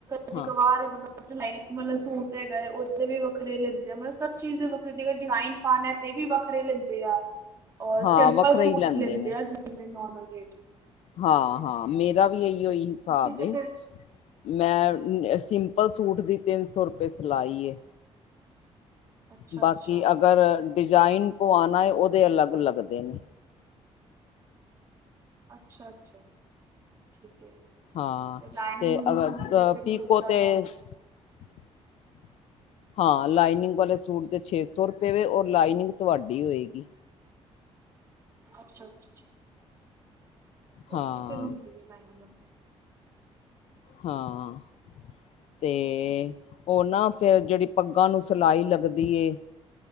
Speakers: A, on the right; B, on the left.
A: ਕਦੀ
B: ਹਾਂ
A: ਕਵਾਰ ਮਤਲਬ ਲਾਈਨਿੰਗ ਵਾਲਾ ਸੂਟ ਹੈਗਾ, ਉਹਦੇ ਵੀ ਵੱਖਰੇ ਲੈਂਦੇ ਆ ਮਤਲਬ ਸਭ ਚੀਜ਼ ਵ ਫਿਰ ਜੇ ਡਿਜ਼ਾਇਨ ਪਾਉਣਾ ਤੇ ਵੀ ਵੱਖਰੇ ਲੈਂਦੇ ਆ ਔਰ
B: ਹਾਂ
A: ਸਿੰਪਲ
B: ਵੱਖਰਾ
A: ਸੂਟ
B: ਹੀ
A: ਲੈਂਦੇ
B: ਨੇ
A: ਆ। ਕਿਵੇਂ ਨੋਰਮਲ ਰੇਟ
B: ਹਾਂ ਹਾਂ ਮੇਰਾ ਵੀ ਏਹੀੋ
A: ਤੇ।
B: ਔ ਹੀ ਹਿਸਾਬ
A: ਤੁਸੀਂ ਤੇ
B: ਹੈ
A: ਫਿਰ
B: ਮੈਂ ਸਿੰਪਲ ਸੂਟ ਦੀ ਤਿੰਨ ਸੌ ਰੁਪਏ ਸਿਲਾਈ ਏ
A: ਅੱਛਾ-ਅੱਛਾ
B: ਬਾਕੀ ਅਗਰ ਡਿਜ਼ਾਇਨ ਪਆਉਣਾ ਹੈ ਉਹਦੇ ਅਲੱਗ
A: ਵਧ
B: ਲੱਗਦੇ ਨੇ।
A: ਅੱਛਾ ਅੱਛਾ। ਠੀਕ ਹੈ,
B: ਹਾਂ
A: ਤੇ ਲਾਈਨਿੰਗ ਮੈਨੂੰ
B: ਅਗਰ
A: ਸੂਟ ਦੇ ਫਿਰ
B: ਪੀਕੋ
A: ਹੋਰ ਜਿਆਦਾ
B: ਤੇ
A: ਹੋਣਗੇ।
B: <unintelligible> ਹਾਂ ਲਾਈਨਿੰਗ ਵਾਲੇ ਸੂਟ ਦੇ ਛੇ ਸੌ ਰੁਪਏ ਵਾ ਔਰ ਲਾਈਨਿੰਗ ਤੁਹਾਡੀ ਹੋਏਗੀ।
A: ਅੱਛਾ ਅੱਛਾ। ਉਹਥੇ
B: ਹਾਂ
A: ਫਿਰ ਹੁੰਦੀ ਹੈ ਲਾਈਟਨਿੰਗ
B: ਹਾਂ। ਤੇ ਉਹ ਨਾ ਫਿਰ ਜਿਹੜੀ ਪੱਗਾਂ ਨੂੰ ਸਿਲਾਈ ਲੱਗਦੀ ਏ